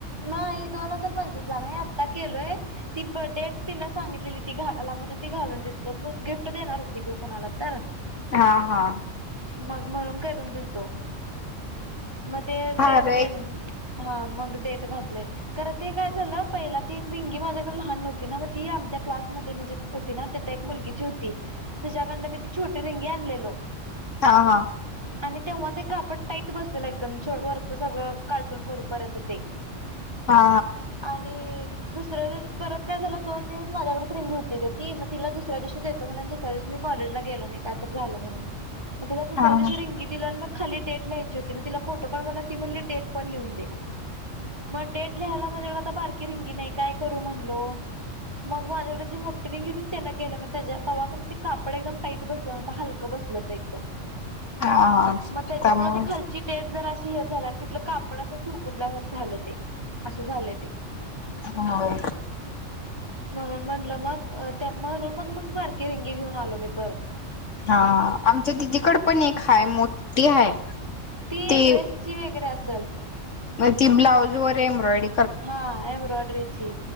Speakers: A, on the right; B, on the left.
A: नाही दोन हजार पंचवीस ला नाही आत्ता केलोय. ती बर्थडेट तिं सांगितलेली ती घाला म्हणून ती घालून दिलतो गिफ्ट देणार होती ग कोणाला तर.
B: हा हा.
A: मग म्हणून करून दिलतो मग ते
B: भारी आहे की ते.
A: हा मग डे घातलय खरं ते काय झालं पहिला ती रिंगी माझ्याकडे लहान न्हवती ना मग ती आमच्या क्लासमध्ये म्हणजे होती ना ते एक मुलगीची होती त्याच्याकड मी ती छोटी रिंगी आणलेलो
B: हा हा
A: आणि तेव्हा ते कापड टाईट बसलेलं एकदम वरचं सगळं कार्टून करूपर्यंत ते
B: हा
A: आणि दुसऱ्या परत काय झालं दोन दिवस माझ्याकडेच रिंगी होती गती म तिला दुसऱ्या दिवशी देतो म्हटलेलं आणि दुसऱ्या दिवस मी कॉलेजला गेल नाही काय तरी झाल म्हणून मला तिला तिसऱ्या
B: हा हा
A: दिवशी रंगी दिलो आणि मग खाली डेट लिहायची होती मग तिला फोटो काढ म्हनताना ती मम्हटली डेट पण लिहून दे मग डेट लिहायला माझ्याकडे आता बारकी रिंगी नाही काय करू म्हणलो मग माझ्याकडे जी मोटीरिंगी होती त्यानं केलो मग त्या तवा कने ते कापड एकदम टाईट बसलं न्हवत हलकं बस बसल ते एकदम
B: हा
A: मग त्याच्यामुळ
B: त्यामुळे
A: ती खालची डेट जराशी झाल्या तिथलं कापड असं सुरकुत झालं ते असं झालं ते
B: हा हो
A: म्हणून म्हटलं मग म्हणून मग मग बारकीे रिंगे घेऊन आलो मी परत
B: हा आमच्या दिदीकड पण एक हाय मोठी हाय
A: ती
B: ते
A: ड्रेसची वगैरे असेल
B: ती ब्लाउज वर एम्ब्रॉयड
A: हा एम्ब्रॉयडरीची